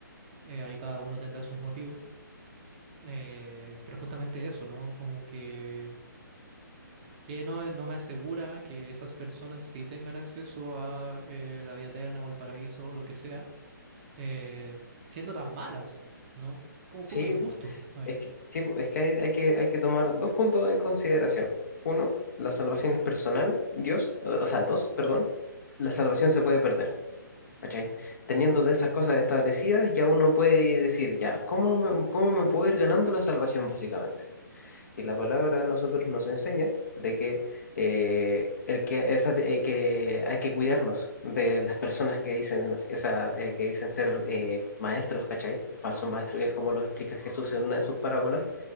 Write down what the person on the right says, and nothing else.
Eh, ahí cada uno tendrá sus motivos. eh, pero justamente eso, ¿no? Como que, que no, no me asegura que esas personas sí tengan acceso a eh, la vida eterna o el paraíso o lo que sea, eh, siendo tan malas, ¿no? Es como un
poco injusto ahí.